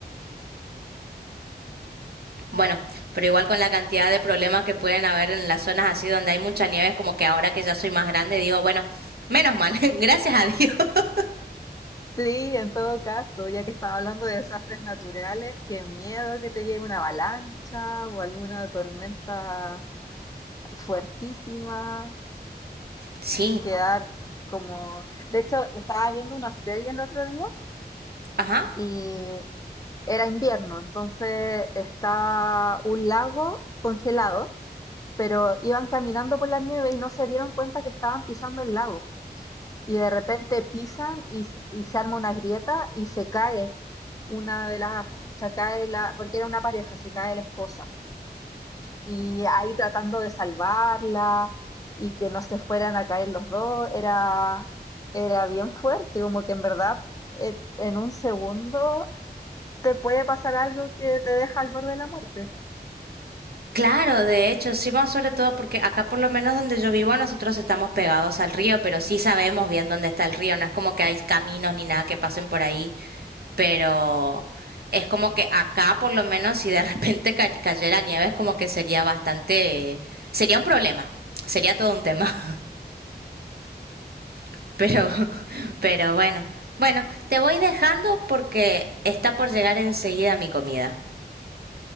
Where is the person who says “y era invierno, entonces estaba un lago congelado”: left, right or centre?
Left